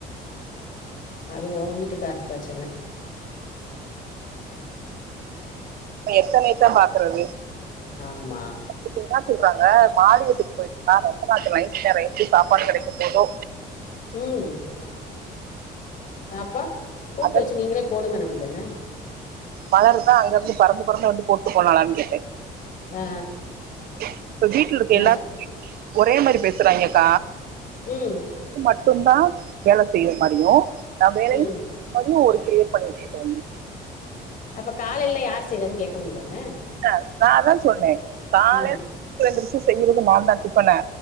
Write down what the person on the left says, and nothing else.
அது ஓ வீட்டுக்காரு பிரச்சன
ஆமா
உம் ஆப்பா கூப்ட்டு
வச்சு நீங்களே போடுங்கனனு அப்டிதானா
ஆ
என்ன
சொல்
ம்
ம்
அப்ப காலேல்ல யார் செய்றான் கேக்க வேண்டியது தான
ஆ